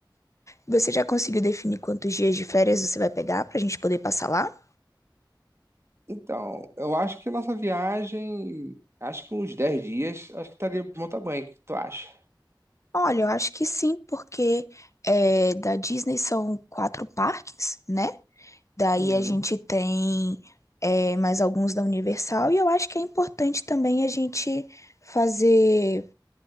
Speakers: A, on the left; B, on the right.
A: Você já conseguiu definir quantos dias de férias você vai pegar pra gente poder passar lá?
B: Então, eu acho que nossa viagem, acho que uns 10 dias, acho que estaria de bom tamanho, o que tu acha?
A: Olha, eu acho que sim, porque é, da Disney são quatro parques, né? Daí
B: Uhum.
A: a gente tem é, mais alguns da Universal e eu acho que é importante também a gente fazer